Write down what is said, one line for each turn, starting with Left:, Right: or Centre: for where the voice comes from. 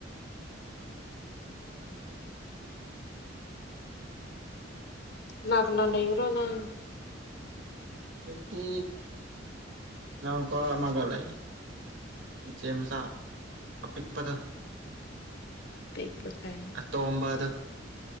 Left: ꯀꯅꯥ ꯀꯅꯥ ꯂꯩꯌꯨꯔ ꯅꯪ
Right: ꯍꯧꯖꯤꯛꯇ ꯏꯅꯥꯎꯄꯥ ꯑꯃꯒꯥ ꯂꯩ ꯏꯆꯦ ꯃꯆꯥ ꯑꯄꯤꯛꯄꯗꯣ
Left: ꯄꯤꯛꯄ ꯀꯥꯏ
Right: ꯑꯇꯣꯝꯕꯗꯣ